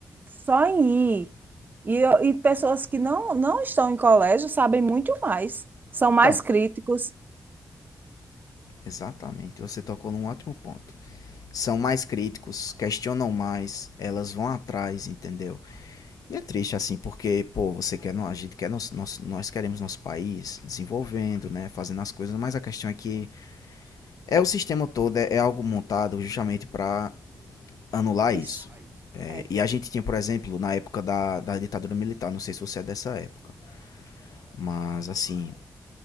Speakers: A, on the right; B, on the left.
A: só em ir. E, eu- e pessoas que não, não estão em colégio sabem muito mais, são mais
B: Então,
A: críticos.
B: exatamente, você tocou num ótimo ponto. São mais críticos, questionam mais, elas vão atrás, entendeu? E é triste assim, porque, pô, você quer, a gente quer, nós, nós, nós queremos nosso país desenvolvendo, né, fazendo as coisas, mas a questão é que É o sistema todo, é, é algo montado justamente para anular
A: Isso.
B: isso. É,
A: É.
B: e a gente tinha, por exemplo, na época da, da ditadura militar, não sei se você é dessa época, mas assim,